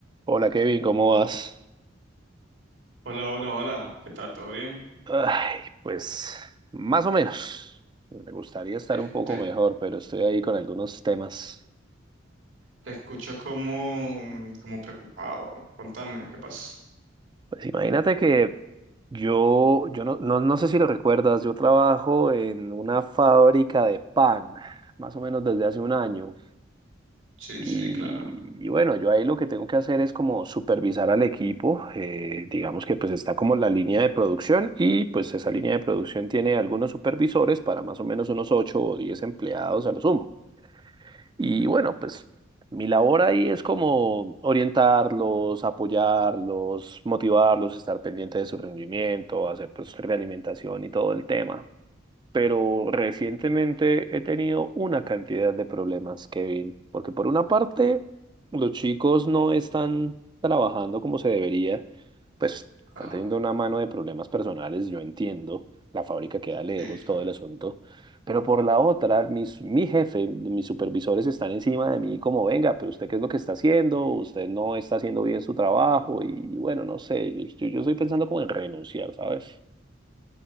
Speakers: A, on the right; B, on the right.
A: Hola Kevin, ¿cómo vas?
B: Hola, hola, hola. ¿Qué tal? ¿Todo bien?
A: Ay, pues más o menos. Me gustaría estar
B: Es-
A: un poco
B: Te,
A: mejor, pero estoy ahí con algunos temas.
B: te escucho como, como preocupado. Contame, ¿qué pasa?
A: Pues imagínate que yo, yo no, no, no sé si lo recuerdas, yo trabajo en una fábrica de pan, más o menos desde hace un año.
B: Sí,
A: Y,
B: sí, claro.
A: y bueno, yo ahí lo que tengo que hacer es como supervisar al equipo, eh, digamos que pues está como la línea de producción y pues esa línea de producción tiene algunos supervisores para más o menos unos 8 o 10 empleados a lo sumo. Y bueno, pues mi labor ahí es como orientarlos, apoyarlos, motivarlos, estar pendiente de su rendimiento, hacer pues realimentación y todo el tema pero recientemente he tenido una cantidad de problemas, Kevin, porque por una parte, los chicos no están trabajando como se debería, pues están
B: Ah,
A: teniendo una mano de problemas personales, yo entiendo, la fábrica queda lejos,
B: sí, claro.
A: todo el asunto, pero por la otra, mis, mi jefe, mis supervisores están encima de mí como, venga, pero usted qué es lo que está haciendo, usted no está haciendo bien su trabajo y bueno, no sé, yo, yo yo estoy pensando como en renunciar, ¿sabes?